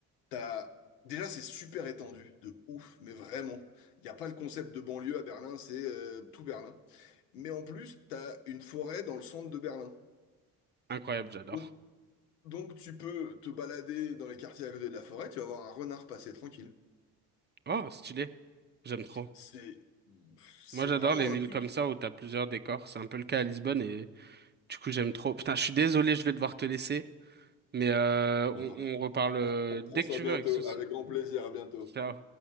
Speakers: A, on the left; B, on the right.
A: t'as... Déjà, c'est super étendu, de ouf, mais vraiment. Il n'y a pas le concept de banlieue à Berlin, c'est euh, tout Berlin. Mais en plus, tu as une forêt dans le centre de Berlin.
B: incroyable, j'adore.
A: Donc, donc tu peux te balader dans les quartiers à côté de la forêt, tu vas voir un renard passer tranquille.
B: Oh, stylé. J'aime trop.
A: C'est, c'est
B: Moi, j'adore
A: vraiment
B: les villes
A: un truc.
B: comme ça où t'as plusieurs décors. C'est un peu le cas à Lisbonne et du coup, j'aime trop. Putain, je suis désolé, je vais devoir te laisser, mais euh, on,
A: Ça marche.
B: on reparle euh,
A: On reprend
B: dès
A: ça
B: que tu
A: bientôt,
B: veux avec souci.
A: avec grand plaisir, à bientôt.
B: Ciao.